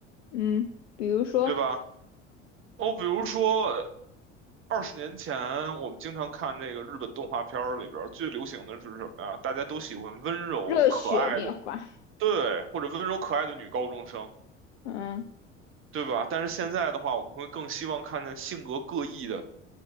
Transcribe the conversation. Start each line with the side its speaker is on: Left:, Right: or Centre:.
Left: 嗯，比如说
Right: 对吧？哦，比如说二十年前，我们经常看那个日本动画片儿里边儿最流行的是什么呀？大家都喜欢温柔可爱的，
Left: 热血面花
Right: 对，或者温柔可爱的女高中生，
Left: 嗯。
Right: 对吧？但是现在的话，我们会更希望看见性格各异的